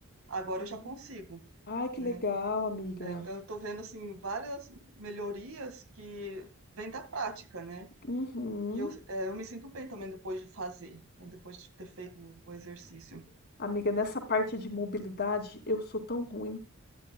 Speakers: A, on the right; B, on the left.
A: Agora
B: Uhum.
A: eu já consigo,
B: Ai, que
A: né?
B: legal, amiga.
A: É, então, eu tô vendo assim várias melhorias que vêm da prática, né?
B: Uhum.
A: E eu, é, eu me sinto bem também depois de fazer, né? Depois de ter feito o exercício.
B: Amiga, nessa parte de mobilidade, eu sou tão ruim.